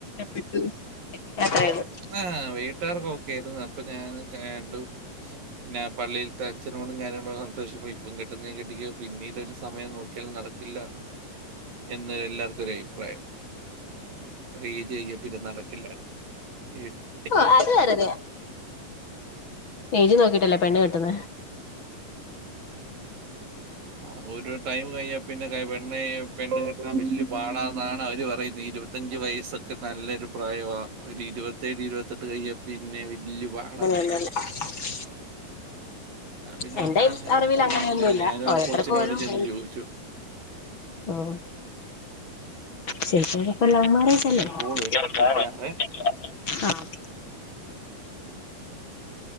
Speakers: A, on the left (about 40°); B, on the right (about 75°).
A: <unintelligible> <unintelligible>
B: ആഹ് വീട്ടുകാര്ക്ക് ഒക്കെ ആരുന്നു അപ്പൊ ഞാൻ കണ്ടു പിന്നെ പള്ളിയിൽതെ അച്ഛനോടും കാര്യങ്ങളൊക്കെ ഇപ്പം കെട്ടുന്നങ്കിൽ കെട്ടിക്കൊ പിന്നീട് ഒരു സമയം നോക്കിയാൽ നടക്കില്ല എന്ന് എല്ലാർക്കും ഒരു അഭിപ്രായം ഒരു ഐജ് കഴിഞ്ഞാൽ പിന്നെ നടക്കില്ല <inaudible>
A: ഓഹ് അത് വേറുതെയ. ഏജ് നോക്കിട്ടല്ലേ പെണ്ണ് കെട്ടുന്നെ.
B: ആഹ് ഒരു ടൈമ് കഴിഞ്ഞാ പിന്നെ പെണ്ണെ പെണ്ണ് കിട്ടാൻ വല്ല്യ പാടാന്നാണ് അവര് പറയുന്നെ. ഇരുപത്തി ഇരുപത്തഞ്ച് വയസ്സൊക്കെ നല്ലൊരു പ്രായമാ. ഒരു ഇരുപത്തേഴ് ഇരുപത്തെട്ട് കഴിഞ്ഞാ പിന്നെ വല്ല്യ പാടാ
A: നല്ല <unintelligible>
B: ഞാൻ പിന്നെ
A: എന്റെ
B: ഓർത്ത്
A: ഐ
B: എന്നാ
A: അറിവിൽ
B: പിന്നെ
A: അങ്ങനൊന്നുല്ല.
B: അങ്ങനെ ഞാനും
A: ഓരോരുത്തർക്ക്
B: ആ കോച്ചിനോട്
A: ഓരോ <unintelligible>
B: ചെന്ന് ചോദിച്ചു.
A: ആഹ്, ശെരിക്കിനിപ്പോ ലവ് മാര്യേജ് <unintelligible>
B: ഒരു കോള് വരുന്നു വിളിക്കാവേ.
A: ആഹ്